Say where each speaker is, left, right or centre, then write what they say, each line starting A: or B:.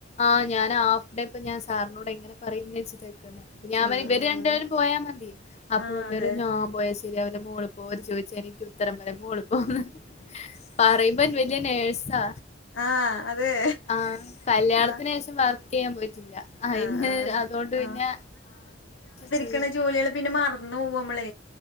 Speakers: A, on the left; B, on the left.
A: ആഹ് ഞാ ഹാഫ് ഡേ പ്പെ ഞാൻ സാറിനോട് എങ്ങനെ പറയുന്നച്ചിട്ടക്ക ഞാൻ
B: ഉം
A: ഇവര്
B: ഉം
A: രണ്ടേരും
B: ഉം
A: പോയാ മതി അപ്പൊ
B: ആഹ്
A: ന്നേരം
B: അതെ
A: ഞാ പോയ.. ശരിയാവുല്ല മൂളൾ പോര് ചോദിച്ചാ എനിക്ക് ഉത്തരം വരെ മൂൾ പോന്ന് പറയുമ്പൻ വലിയ നേഴ്സാ
B: ആഹ് അതെ
A: ആ കല്യാണത്തിന്
B: ആഹ്
A: ചെയ്യാൻ പോില്ല അയ്ന്
B: ആഹ് ആഹ്
A: അതൊണ്ട് പിന്നെ ഫുള്ള്
B: ക് ണ ജോലിള് പിന്നെ മറന്നൊവമ്മള്